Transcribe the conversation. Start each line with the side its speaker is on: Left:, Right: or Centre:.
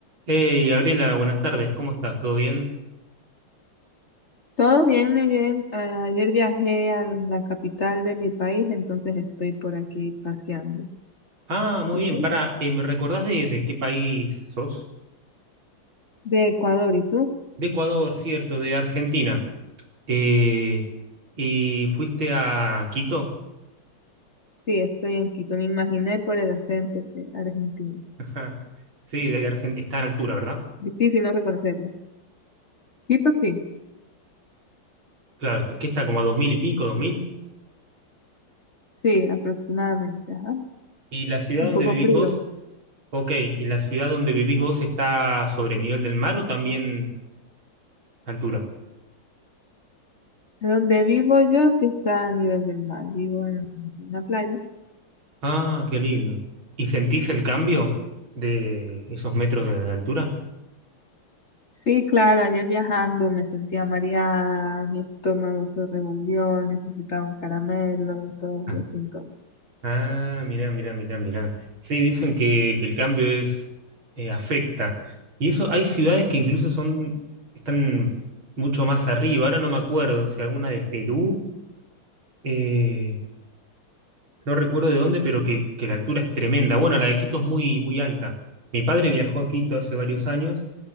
Right: Hey, Gabriela, buenas tardes, ¿cómo estás? ¿Todo bien?
Left: Todo bien, Neyen. Ah, Ayer viajé a la capital de mi país, entonces estoy por aquí paseando.
Right: Ah, muy
Left: ¿Y tú?
Right: bien, para, eh, ¿me recordás de, de qué país sos?
Left: De Ecuador, ¿y tú?
Right: De Ecuador, cierto, de Argentina. Eh, ¿y fuiste a Quito?
Left: Sí, estoy en Quito. Me imaginé por el acento que Argentina.
Right: <laughs> Ajá. Sí, de Argentina, está en altura, ¿verdad?
Left: Difícil no reconocerlo. Quito sí,
Right: Claro, que está como a dos mil y pico, dos mil.
Left: sí, aproximadamente, ajá.
Right: ¿Y la ciudad
Left: Un
Right: donde
Left: poco
Right: vivís
Left: frío.
Right: vos? Ok, ¿y la ciudad donde vivís vos está sobre el nivel del mar o también altura?
Left: Donde vivo yo sí está a nivel del mar. Vivo en una playa.
Right: Ah, qué lindo. ¿Y sentís el cambio de esos metros de de altura?
Left: Sí, claro, ayer viajando me sentía mareada, mi estómago se revolvió, necesitaba un caramelo, todos
Right: Ah.
Left: los síntomas.
Right: Ah, mirá, mirá, mirá, mirá. Sí, dicen que, que el cambio es eh, afecta. Y eso, hay ciudades que incluso son, están mucho más arriba. Ahora no me acuerdo si alguna de Perú, eh, no recuerdo de dónde, pero que, que la altura es tremenda. Bueno, la de Quito es muy, muy alta. Mi padre viajó a Quito hace varios años